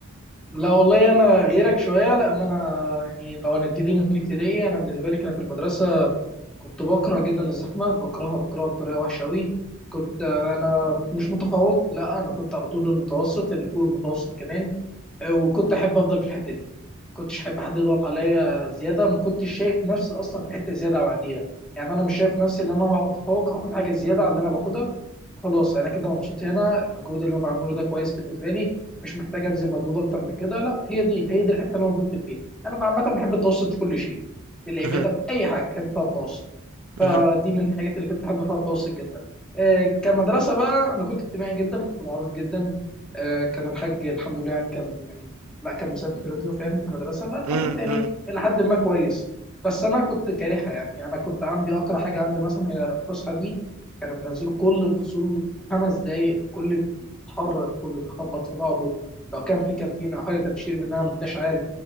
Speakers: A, in the centre; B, on the right.
A: لا والله انا غيرك شويه لان انا يعني لو هنبتدي من ابتدائي انا بالنسبه لي كانت المدرسه كنت بكره جدا الزحمه بكرهها بكرهها بطريقه وحشه قوي كنت آه، انا مش متفوق لا انا كنت على طول المتوسط اللي فوق المتوسط كمان وكنت احب افضل في الحته دي كنتش احب حد يضغط عليا زياده ما كنتش شايف نفسي اصلا في حته زياده بعديها يعني انا مش شايف نفسي ان انا هبقى متفوق هاخد حاجه زياده على اللي انا باخدها خلاص انا كده مبسوط هنا المجهود اللي انا بعمله ده كويس بالنسبه لي مش محتاج ابذل مجهود اكتر من كده لا هي دي هي دي الحته اللي انا فضلت فيها انا عامه بحب التوسط في كل شيء في العباده
B: مهم.
A: في اي حاجه بحب فيها التوسط فدي
B: مهم.
A: من الحاجات اللي كنت بحب فيها التوسط جدا آه كمدرسه بقى انا كنت اجتماعي جدا كنت معروف جدا آه كان الحاج الحمد لله يعني كان يعني لا كان مثبت رجله فاهم في المدرسه ف-
B: مم.
A: فكنت يعني
B: مم.
A: الى حد ما كويس بس انا كنت كارهها يعني انا كنت عندي اقرا حاجه عندي مثلا هي الفسحه دي كانوا بينزلوا كل الفصول خمس دقايق كل بيتحرك كله بيخبط في بعضه لو كان في كانتين او حاجه تبشير منها ما انتش عارف